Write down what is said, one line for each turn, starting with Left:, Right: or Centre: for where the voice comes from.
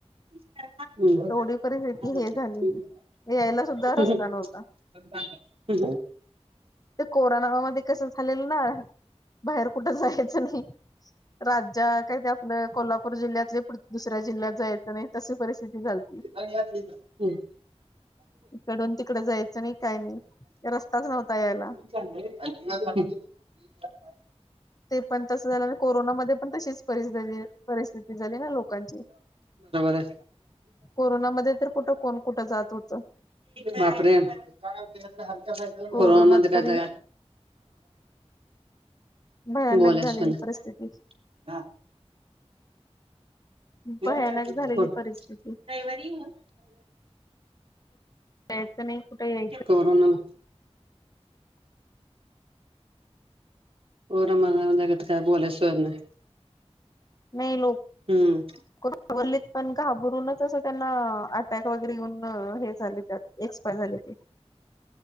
Right: काय
Left: एवढी
Right: म्हणतंय
Left: परिस्थिती हे झाली
Right: मं
Left: यायला सुद्धा
Right: <unintelligible>
Left: रस्ता नव्हता
Right: <unintelligible>
Left: ते कोरोना मा मध्ये कस झालेलं ना बाहेर कुठं जायचं नाही. रात ज्या काय ते आपलं कोल्हापूर जिल्ह्यातले दुसऱ्या जिल्ह्यात जायचं नाय तशी परिस्थिती झालती.
Right: <unintelligible> हम्
Left: इकडून तिकड जायचं नाही काय नाही रस्ताच नव्हता यायला.
Right: <unintelligible>
Left: ते पण तसं झालं अनं कोरोनामध्ये पण तशीच परिस झाली परिथिती झाली ना लोकांची
Right: आहे
Left: कोरोनामध्ये तर कुठ कोण कुठं जात होतं.
Right: बाप रे! कोरोनामध्ये
Left: कोरोनात तरी
Right: काय त या
Left: भयानक
Right: बोलास
Left: झालेली
Right: नाय
Left: परिस्थिती
Right: कोणं
Left: भयानक झालेली परिस्थिती
Right: रयवारी हो
Left: जायचं नाही कुठे यायचं
Right: कोरोना कोरमध तर काय बोलायचं सोय नाय.
Left: नाही लोक
Right: हम्म
Left: <unintelligible> लीत पण घाबरूनच असं त्यांना अटॅक वगैरे येऊन हे झाले त्यात एक्सपायर झाले ते